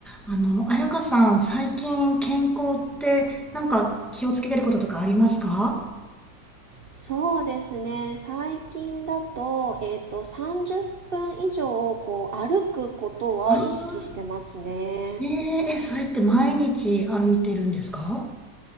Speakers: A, in the centre; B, on the right.
A: あの、彩香さん、最近健康ってなんか気をつけてることとかありますか
B: そうですね。最近だと、えっと、30分以上、こう、歩くことは意識してますね。
A: ああー、ねえ、え、それって毎日歩いてるんですか